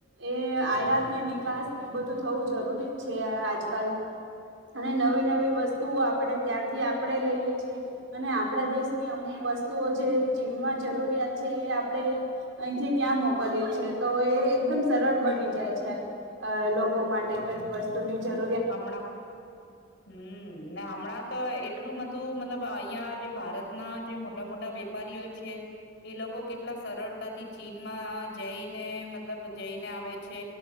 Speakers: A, on the right; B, on the left.
A: એ આયાત ને નિકાસ ને એ બધું થવું જરૂરી છે આજકાલ અને નવી નવી વસ્તુઓ આપણે ત્યાંથી આપ આપણે લઈએ છીએ અને આપણા દેશની અમુક વસ્તુઓ જે ચીનમાં જરૂરિયાત છે એ આપણે અહીંથી ત્યાં મોકલીએ છે. તો એ એકદમ સરળ બની જાય છે
B: હમ્મ.
A: અ લોકો માટે કઈક વસ્તુની જરૂર
B: હમણાં, હમ્મ ના હમણાં તો એટલું ન મતલબ અહિયાં જે ભારતના જે મોટા મોટા વેપારીઓ છે એ લોકો કેટલા સરળતાથી ચીનમાં જઈને મતલબ જઈને આવે છે